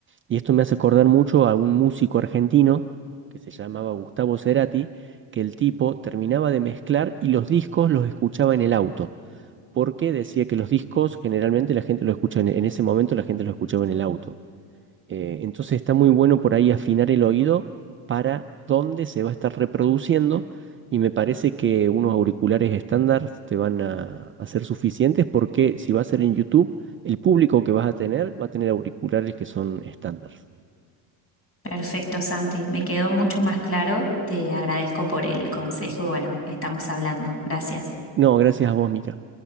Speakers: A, on the right; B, on the left.
A: Y esto me hace acordar mucho a un músico argentino que se llamaba Gustavo Cerati, que el tipo terminaba de mezclar y los discos los escuchaba en el auto porque decía que los discos generalmente la gente lo escucha en, en ese momento la gente lo escuchaba en el auto. Eh, entonces está muy bueno por ahí afinar el oído para dónde se va a estar reproduciendo y me parece que unos auriculares estándar te van a, a ser suficientes porque si va a ser en YouTube, el público que vas a tener va a tener auriculares que son estándar.
B: Perfecto, Santi. Me quedó mucho más claro. Te agradezco por el consejo y bueno, estamos hablando. Gracias.
A: No, gracias a vos, Mica.